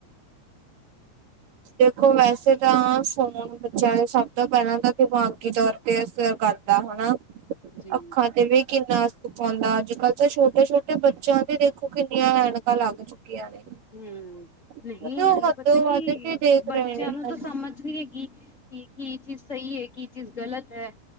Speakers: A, on the right; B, on the left.
A: ਦੇਖੋ ਵੈਸੇੱ ਤਾ ਫੋਨ ਬੱਚਿਆਂ ਸਭ ਤੋ ਪਹਿਲਾ ਤਾ ਦਿਮਾਗ ਤੇ ਅ ਗੱਲ ਪਿਆ, ਹੋਨੈਂ
B: ਜੀ
A: ਅੱਖਾਂ ਤੇ, ਵੀ ਕਿੰਨਾ ਅਸਰ ਪਾਂਦਾ, ਅੱਜ-ਕੱਲ੍ਹ ਤੇ, ਛੋਟੇ-ਛੋਟੇ ਬੱਚਿਆਂ ਦੇ ਵੇਖੋ ਕਿੰਨੀਆਂ ਐਨਕਾਂ ਲੱਗ ਚੁੱਕੀਆਂ ਨੇ।
B: ਹੂੰ, ਨਹੀਂ
A: ਕਿਉਂਕਿ
B: ਨਾਲੇ
A: ਉਹ ਹੱਦੋਂ
B: ਪਤਾ ਕਿ,
A: ਵੱਧ ਕੇ ਦੇਖ
B: ਬੱਚਿਆਂ
A: ਰਹੇ ਨੇ ਹਾਂਜੀ-ਹਾਂਜੀ,
B: ਨੂੰ ਤੇ ਸਮਝ ਵਿਏ ਕਿ, ਕੀ ਚੀਜ਼ ਸਈ ਏ, ਕੀ ਚੀਜ ਗਲਤ ਐ, ਏ